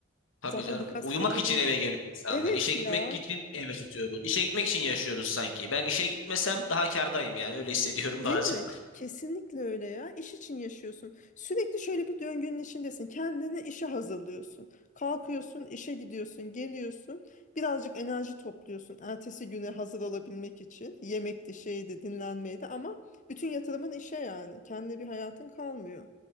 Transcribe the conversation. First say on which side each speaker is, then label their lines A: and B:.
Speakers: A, on the left; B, on the left.
A: Tabii
B: Zaten
A: canım.
B: birkaç
A: Uyumak
B: sonra
A: için
B: gel
A: eve geliyor insanlar.
B: Evet
A: İşe gitmek
B: ya
A: için eve tutuyoruz. İşe gitmek için yaşıyoruz sanki. Ben işe gitmesem daha kârdayım yani öyle hissediyorum
B: Değil
A: <laughs> bazen.
B: mi? Kesinlikle öyle ya. İş için yaşıyorsun. Sürekli şöyle bir döngünün içindesin. Kendini işe hazırlıyorsun. Kalkıyorsun, işe gidiyorsun, geliyorsun. Birazcık enerji topluyorsun. Ertesi güne hazır olabilmek için. Yemekti, şeydi, dinlenmeydi ama bütün yatırımın işe yani. Kendine bir hayatın kalmıyor.